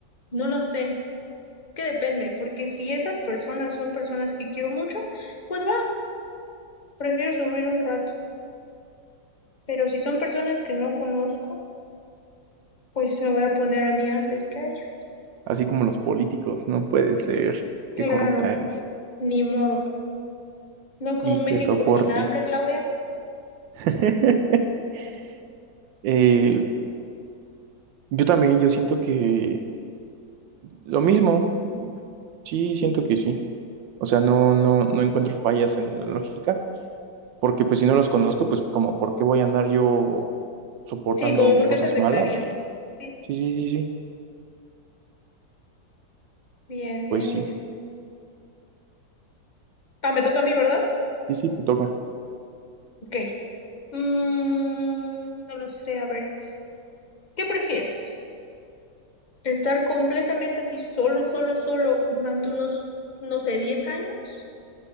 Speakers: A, on the left; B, on the right.
A: no lo sé, que depende, porque si esas personas son personas que quiero mucho, pues va, prefiero subir un rato. Pero si son personas que no conozco, pues me voy a poner a mí antes que a ellos.
B: Así como los políticos, no puede ser que
A: Claro,
B: corrupta eres
A: ni modo. No que
B: y
A: un
B: que
A: México
B: soporte.
A: sin hambre, Claudia.
B: <laughs> Eh, yo también, yo siento que lo mismo, sí, siento que sí. O sea, no, no, no encuentro fallas en la lógica, porque pues si no los conozco, pues como, ¿por qué voy a andar yo soportando
A: Sí, como por
B: cosas
A: qué te afectaría.
B: malas? Y
A: Sí,
B: sí, sí, sí, sí,
A: bien, bien,
B: pues sí,
A: bien. Ah, me toca a mí, ¿verdad?
B: sí, sí, te toca.
A: Ok. Mm, no lo sé, a ver. ¿Qué prefieres? Estar completamente así solo, solo, solo durante unos, no sé, 10 años